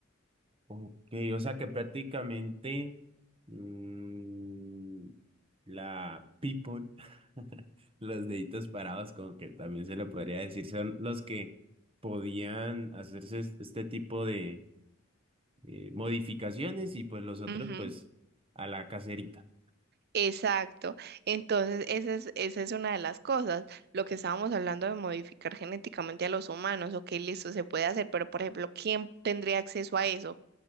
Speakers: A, on the right; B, on the right.
A: Ok, o sea que prácticamente mm, la people, <laughs> los deditos parados, como que también se lo podría decir, son los que podían hacerse es- este tipo de eh, modificaciones y pues los otros
B: Ujú.
A: pues a la caserita.
B: Exacto. Entonces, esa es, esa es una de las cosas, lo que estábamos hablando de modificar genéticamente a los humanos, ok, listo, se puede hacer, pero por ejemplo, ¿quién tendría acceso a eso?